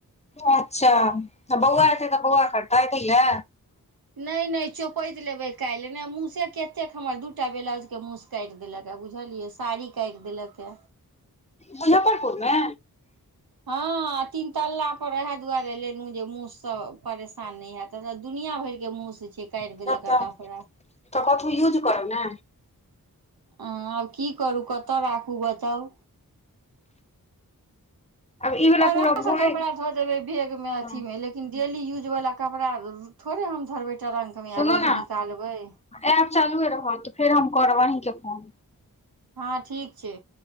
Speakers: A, on the left; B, on the right.
A: अच्छा बौआ अतै तऽ बौआ करतै लए
B: ने ने चोपैत लेबै काल्हि नहि मूसे कतेक हमर दू टा ब्लाउज के मूस काटि देलक हे बुझलियै साड़ी काटि देलक हे
A: मुजफ्फ मुजफ्फरपुर मे
B: हाँ तीन तल्ला पर ओएह दुआरे लेलहु जे मुस सँ परेशान नहि हेब एतय तऽ दुनिया भर के मुस छै काटि देलक
A: ओतह
B: ह कपड़ा
A: कथी युज करै ना
B: अऽ आब की करू कतय राखू बताउ
A: आब ई वला
B: आराम
A: पूरा
B: सऽ
A: भोरे
B: कपड़ा धऽ देबै बैग मे अथी
A: हँ
B: में लेकिन लेकिन डेली यूजवला कपड़ा थोड़े हम धरबै टरङ्कमे
A: सुनू
B: आ रोज
A: ने
B: निकालबै
A: ऐप चालुए रहत तऽ फेर हम करब अहीँके फोन
B: हँ ठीक छै